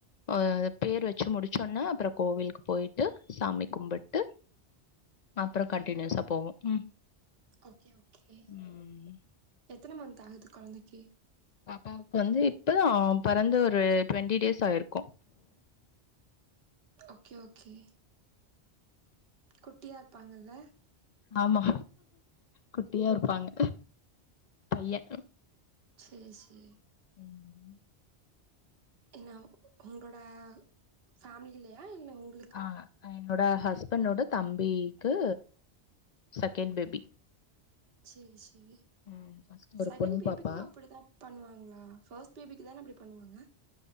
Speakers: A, on the left (about 55°); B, on the right (about 60°).
A: அ பேர் வச்சு முடிச்சோனே அப்ற கோவிலுக்கு போய்ட்டு சாமி கும்புட்டு அப்பற கண்டினியூஸா போவோம் ம்
B: ஓகே ஓகே
A: ம்.
B: எத்தன மந்த் ஆகுது கொழந்தைக்கு
A: பாப்பாவுக்கு வந்து இப்பதா பெறந்த ஒரு டுவெண்டி டேஸ் ஆயிருக்கூ
B: ஓகே ஓகே குட்டியா இருப்பாங்கல்ல
A: ஆமா குட்டியா இருப்பாங்க பைய
B: சேர் சேர்
A: ம்.
B: இல்ல உங்களோட ஃபேமிலிலயா இல்ல உங்
A: ஆ என்னோட ஹஸ்பண்டோட தம்பிக்கு செகெண் பேபி
B: சேரி சேரி
A: ம் ஃபர்ஸ்ட் ஒரு
B: செகண்
A: பொண்
B: பேபிக்கு
A: பாப்பா
B: அப்டிதா பண்ணுவாங்களா ஃபஸ்ட் பேபிக்கு தானே அப்டி பண்ணுவாங்க